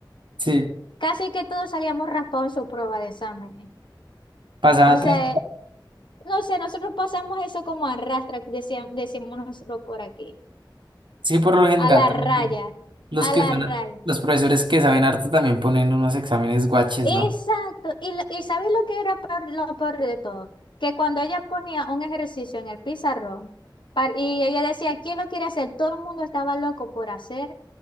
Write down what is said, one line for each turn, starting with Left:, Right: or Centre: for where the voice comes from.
Right: Sí,
Left: casi que todos salíamos raspados en su prueba de exámenes.
Right: pasaban
Left: O sea,
Right: tanto.
Left: no sé, nosotros pasamos eso como arrastra, decíamos decimos nosotros por aquí,
Right: Sí, por lo general
Left: a la
Right: también
Left: raya,
Right: los
Left: a
Right: que
Left: la
Right: son,
Left: raya.
Right: los profesores que saben harto también ponen unos exámenes guaches,
Left: Exacto.
Right: ¿no?
Left: Y, lo- y ¿sabes lo que era peor- lo peor de todo? Que cuando ella ponía un ejercicio en el pizarrón par- y ella decía, ¿quién lo quiere hacer? Todo el mundo estaba loco por hacer